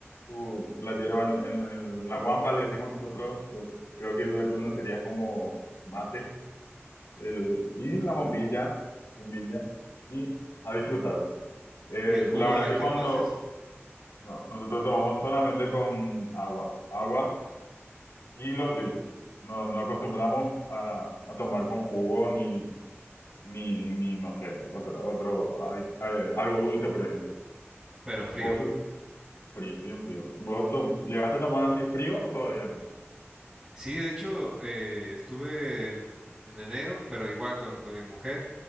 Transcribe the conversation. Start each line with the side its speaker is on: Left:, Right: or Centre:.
Left: tú la hierba en, en- en la guampa, le decimos nosotros, eh, creo que la columna sería como mate, el, y la bombilla, bombilla, y a disfrutar. Eh,
Centre: ¿Y el jugo
Left: la verdad
Centre: de
Left: que
Centre: qué
Left: cuando
Centre: lo haces?
Left: no, nosotros tomamos solamente con agua, agua y los yuyos. No, no acostumbramos a, a tomar con jugo ni, ni, ni no sé, otro, otro adi- eh, algo dulce, por ejemplo.
Centre: Pero frío.
Left: Vos, frío, bien frío. ¿Vos to- llegaste a tomar así frío o todavía no?
Centre: Sí, de hecho, eh, estuve en, en enero, pero igual con, con mi mujer.